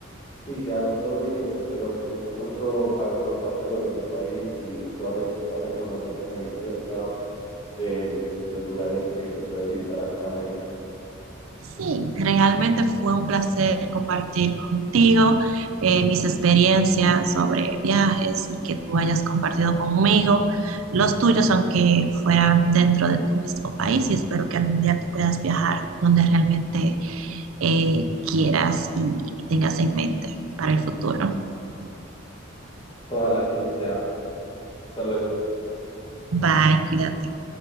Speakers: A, on the left (about 25°); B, on the right (about 85°).
A: sí, ya debo irme, pero me gustó mucho ah, contarte sobre mi país y toda la, toda la información que me dice acerca de los lugares que se pueden visitar acá en América.
B: sí, realmente fue un placer compartir contigo eh, mis experiencias sobre viajes y que tú hayas compartido conmigo los tuyos, aunque fueran dentro de tu mismo país, y espero que algún día tú puedas viajar donde realmente eh, quieras y y tengas en mente para el futuro.
A: Ojalá que así sea. Hasta luego.
B: Bye, cuídate.